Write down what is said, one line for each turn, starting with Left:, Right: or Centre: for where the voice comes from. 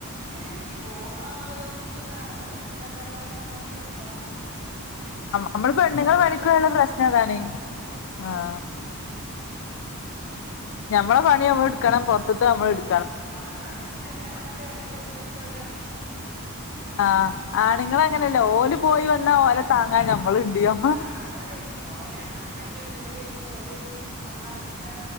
Right: ഏ ഈ പോണെ ആളുകൾക്കുള്ള താണല്ലോ വീട്ടത്തെ എന്തായാലും നമ്മള് തന്നെ എട്ക്കണം
Left: നമ്മള് പെണ്ണുങ്ങള്
Right: പോയിട്ടുള്ളതും
Left: പണിക്കു പോയലുള്ള
Right: നമ്മളന്നെ
Left: പ്രശ്നതാണ്
Right: എടുക്കണല്ലോ
Left: ആഹ്
Right: ഉം
Left: ഞമ്മളെ പണി ഞമ്മള് എടുക്കണം പുറത്തും <unintelligible> അമ്മള് ട്
Right: ആഹ് അതാണ് അയിലേറെ നല്ലെ ഏതെങ്കിലും ഒന്ന് എടുത്ത് അവിടെ അടങ്ങി നിക്കുവാ
Left: ആഹ് ആണ്ങ്ങള് അങ്ങനെയല്ല ഓല് പോയി വന്നാ ഓലെ താങ്ങാൻ ഞമ്മള്ണ്ട്
Right: ആഹ് അതാണേ ഓലെ കണ - ആക്കിയ ജോലി കയിഞ്ഞ് ഓല് വന്നാ പിന്നെ